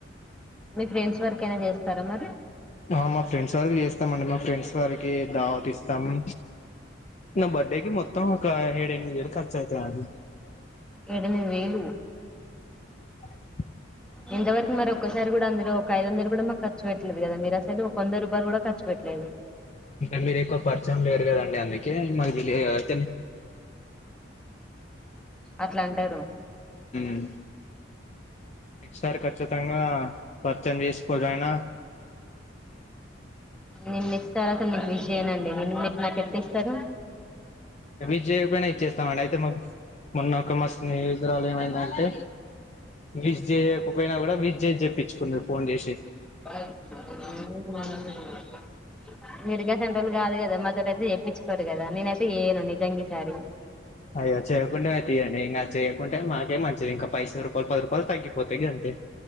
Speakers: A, in the centre; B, on the left (about 35°).
A: మీ ఫ్రెండ్స్ ఎవరకైనా చేస్తారా మరి?
B: ఆ మా ఫ్రెండ్స్ వరికి చేస్తామండి. మా ఫ్రెండ్స్ వరికి దావత్ ఇస్తాము. నా బర్త్డేకి మొత్తం ఏడు ఎనిమిది వేలు ఖర్చు అయితాది.
A: ఏడు, ఎనిమిది వేలు
B: <inaudible>
A: ఇంతవరకు మరి ఒక్కసారి కూడా అందులో ఒక ఐదు వందలు కూడా మాకు ఖర్చ పెట్లేదు కదా. మీరు అసలు ఒక వంద రూపాయలు కూడా ఖర్చు పెట్టలేదు. డేవిడ్
B: ఇంకా మీరు ఎక్కువ పరిచయం లేరు కదండి. అందుకే మాకు తెలియదు కదా తెలి
A: అట్లా అంటారు.
B: మ్ ఈ సారి ఖచ్చితంగా పరిచయం చేసుకోకపోయినా
A: నేను నెక్స్ట్ తర్వాత మీకు విష్ చేయనండి మినిమం నేను నాకెంత ఇస్తారు.
B: విష్ చేయకపోయినా ఇచ్చేస్తామండి అయితే మాకు మొన్న ఒక మా స్నేహితురాలు ఏమైందంటే? విష్ చేయకపోయినా కూడా విష్ చేసి చెప్పించుకున్నారు ఫోన్ చేసి.
A: <unintelligible> మెరిగా సెంటర్లు కాదు కదా మొదట యితే చెప్పించుకోరు కదా నేనైతే ఏయను నిజంగసారి
B: అయ్యో చేయకుండా అది అని ఇంకా చేయకుంటే మాకే మంచిది ఇంకా పైస రూపాయలు పది రూపాయలు తగ్గిపోతాయి కదండి